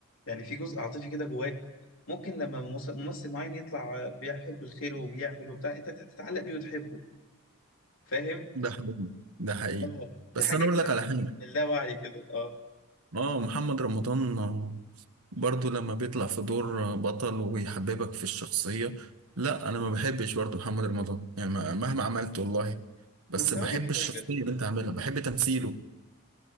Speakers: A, on the left (about 65°); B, on the right (about 80°).
A: يعني في جزء عاطفي كده جواك ممكن لما ممثل ممثل معين يطلع بيحب الخير وبيعمل وبتاع انت تتعلق بيه وتحبه فاهم
B: ده حقيقي ده حقيقي
A: اه دي
B: بس
A: حاجه
B: انا
A: كده
B: اقول لك على حاجه
A: اللاوعي كده اه
B: اه محمد رمضان آه، برضو لما بيطلع في دور آه، بطل ويحببك في الشخصية لا انا ما بحبش برضو محمد رمضان يعني ما- مهما عملت والله بس
A: بس
B: بحب
A: هقول لك
B: الشخصية
A: حاجه
B: اللي انت عاملها بحب تمثيله